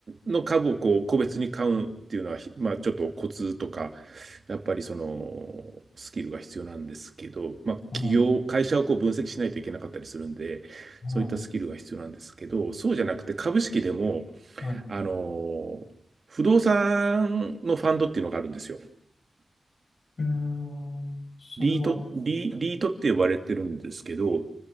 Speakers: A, on the right; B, on the left.
A: の株をこう個別に買うっていうのは、ひまあちょっとコツとか、やっぱりそのスキルが必要なんですけど、まあ企業、
B: はい、
A: 会社をこう分析しないといけなかったりするんで、
B: はい、
A: そういったスキルが必要なんですけど、そうじゃなくて株式でも、
B: はい。
A: あの、不動産のファンドっていうのがあるんですよ。
B: えー、それは、
A: リート、リ、リートって呼ばれてるんですけど、